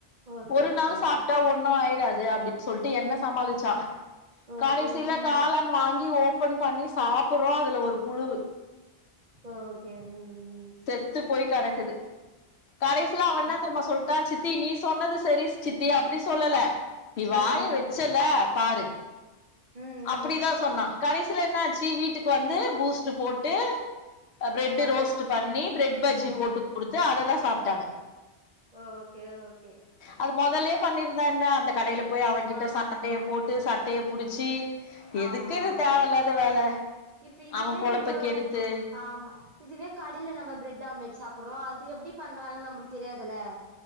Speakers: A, on the right (about 45°); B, on the left (about 70°).
A: ஓகே
B: ஒரு
A: தோழி
B: நாள் சாப்ட்டா ஒண்ணு ஆயிடாது அப்டின்னு சொல்ட்டு என்ன சமாளிச்சா
A: ஓகே
B: கடைசியில
A: ம்
B: காளான் வாங்கி ஓப்பன் பண்ணி சாப்பறோ அதுல ஒரு புழு
A: ஓகே ம் ம்
B: செத்து போய் கெடக்குது கடைசிலா அவ
A: ம்
B: என்னா தெரிமா சொல் ட்டா சித்தி நீ சொன்னது சரி சித்தி அப்டி சொல்லல நீ வாய
A: ம் ம்
B: வச்சல்ல பாரு
A: ம் ம்
B: அப்டிதா
A: ம்
B: சொன்னா கடைசில என்னாச்சு வீட்டுக்கு வந்து பூஸ்ட்டு போட்டு ஆ ப்ரெட்
A: பாலு
B: ரோஸ்ட்டு பண்ணி ப்ரெட் பஜ்ஜி
A: ஓ
B: போட்டு குடுத்து அததா சாப்ட்டாங்க
A: ஓகே ஓகே
B: அது மொதலே பண்ணிருந்தா என்ன அந்த கடையில போய் அவன்கிட்ட
A: ஆமா
B: சண்டையை போட்டு சட்டைய
A: ஆ
B: புடிச்சு எதுக்கு
A: ஆமா
B: இது
A: ஆமா
B: தேவ இல்லாத வேல
A: இப்ப இதுவே
B: அவ பொழப்ப
A: நம்ப
B: கெடுத்து
A: ஆமா இதுவே கடையில நம்ம பிரெட் ஆம்லேட் சாப்படுறோ அது எப்டி பண்றாங்கன்னு நமளுக்கு தெரியாதுல